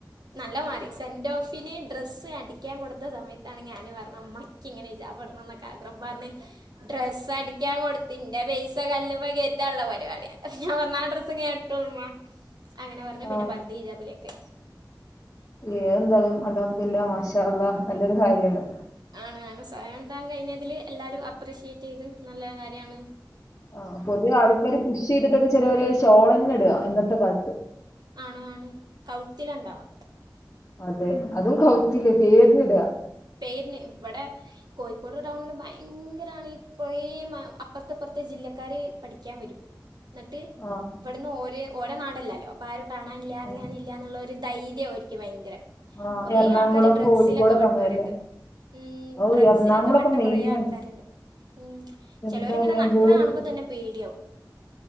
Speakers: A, on the right; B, on the left.
A: നല്ല മാറി സെന്റ് ഡോഫിന് ഡ്രസ്സ് അടിക്കാൻ കൊടുത്ത സമയത്താണ് ഞൻ പറഞ്ഞ മ്മയ്ക്ക് ഇങ്ങനെ ഹിജാബ് ടന്നക്കഗ്ര മ്മറിഞ്ഞ് ഡ്രസ്സ് അടിക്കാൻ കൊടുത്തിന്റെ പൈസ കല്ലുമെ കേറ്റാൻള്ള പരിപാടിയ ഞാൻ പറഞ്ഞ് ന ഫ്ലീ ആണ് ട്ടൊള്ളുമ്മാ അങ്ങനെ പറഞ്ഞു
B: ആ
A: പിന്നെ പർതീ ഹിജാബിലൊക്കെ
B: ഏതെന്താലും അൽഹമ്മദില്ല മാഷള്ള അള്ള നല്ലൊരു കാര്യമാണ്.
A: ആണ് ആണ് സ്വയം ഉണ്ടാകൻ കഴിഞ്ഞതില് എല്ലാരും അപ്രിഷിയേറ്റ് ചെയ്ത് നല്ല കാര്യാണ്
B: ആ പൊതുവെ ആൾക്കാര് പുഷ് ചെയ്തിട്ടൊക്കെ ചെരോല് ഷോളെന്നെ ഇടുക ഇന്നത്തെ കാലത്ത്
A: ആണാണ് കൗത്തിലണ്ടവാ
B: അതെ അതും കൗത്തില്ലേ പേര്ന്നിടുക
A: പേരിന് ഇവിടെ കോഴിക്കോട് ടൗണില് ഭയങ്കരാണി കുറേ അപ്പെർത്തെപ്പർത്തെ ജില്ലക്കാര് പഠിക്കാൻ വരും എന്നിട്ട്
B: ആഹ്
A: ഇവിടുന്ന് ഒരേ ഓരേ നാടല്ലല്ലോ അപ്പം ആരും കാണാനില്ല അറിയാനില്ല
B: ആഹ്
A: എന്നുള്ളൊരു ധൈര്യവുംമായിരിക്ക് ഭയങ്കര
B: ആഹ്
A: കൊറെേ
B: എറണാകുളം
A: ആൾക്കാാര് ഡ്രഗ്സിലൊക്കെ
B: കോഴിക്കോടൊക്കെ
A: പെട്ടവരുണ്ട്
B: അങ്ങനെയല്ലേ
A: ഉം
B: ഔ
A: ഡ്രഗ്സിലൊക്കെ
B: എറണാകുളൊക്കെ
A: പെട്ട
B: മെയിനാണ്
A: കൊറേ ആൾക്കാരുണ്ട് ഉം
B: എന്താലേ
A: ചെലോരിങ്ങനെ നടക്ക്ണെ
B: ഗേൾസ്
A: കാണുമ്പോ തന്നെ പേടിയാവും